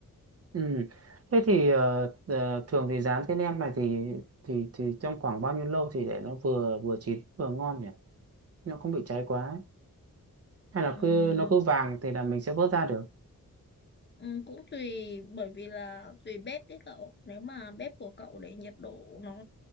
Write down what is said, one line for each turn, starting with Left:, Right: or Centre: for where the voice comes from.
Right: ừ. thế thì ờ, ờ, thường thì rán cái nem này thì thì thì trong khoảng bao nhiêu lâu thì để nó vừa vừa chín vừa ngon nhỉ nó không bị cháy quá ấy. hay
Left: Ừm,
Right: là cứ nó cứ vàng thì là mình sẽ vớt ra được
Left: ừm, cũng tùy bởi vì là tùy bếp đấy cậu nếu mà bếp của cậu để nhiệt độ nó